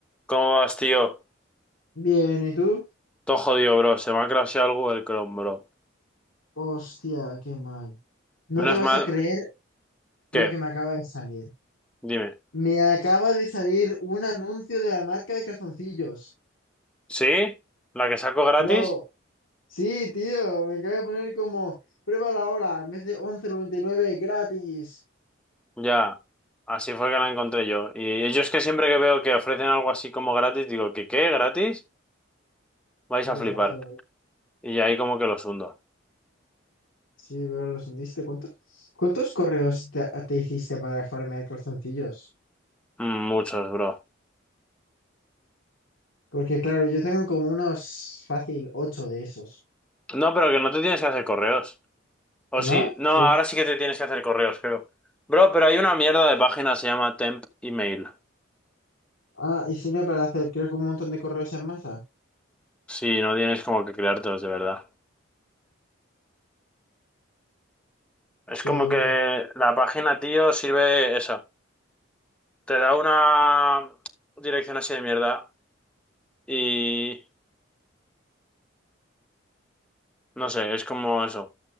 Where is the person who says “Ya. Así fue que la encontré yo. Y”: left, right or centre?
Centre